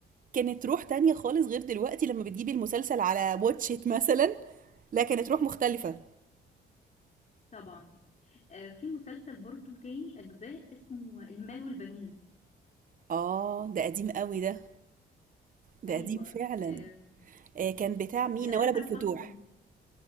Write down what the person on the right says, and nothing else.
كانت روح تانية خالص غير دلوقتي لما بتجيبي المسلسل على واتشيت مثلا لا كانت روح مختلفه
اه ده قديم قوي ده ده
قديم فعلا
آه كان بتاع مين
نوال
ابو الفتوح